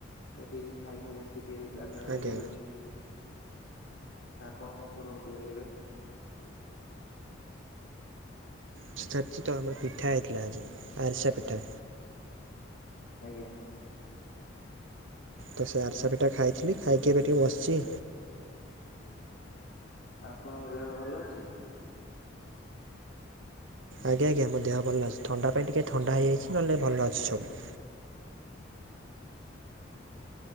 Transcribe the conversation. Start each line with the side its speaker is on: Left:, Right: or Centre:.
Left: ଟିକେ ଖାଇ ସାରି ଆସେ ଇଏ ଦାଣ୍ଡ ଆଡେ
Right: ଆଜ୍ଞା
Left: ବୁଲୁଚି। ଆପଣ କଣ କରୁଅନ୍ତି ଏବେ
Right: ନିଶ୍ଚିତ ଭାବରେ ଆମର ପିଠା ହେଇଥିଲା ଆଜି ଆରିସା ପିଠା।
Left: ଆଜ୍ଞା
Right: ତ ସେ ଆରିଶା ପିଠା ଖାଇଥିଲି। ଖାଇକି ଏବେ ଟିକେ ବସିଛି।
Left: ଆ ଆପଣଙ୍କ ଦେହ ଭଲ ଅଛି?
Right: ଆଜ୍ଞା, ଆଜ୍ଞା ମୋ ଦେହ ଭଲ ଅଛି। ଥଣ୍ଡା ପାଇଁ ଟିକେ ଥଣ୍ଡା ହେଇଯାଇଛି। ନହେଲେ ଭଲ ଅଛି ସବୁ।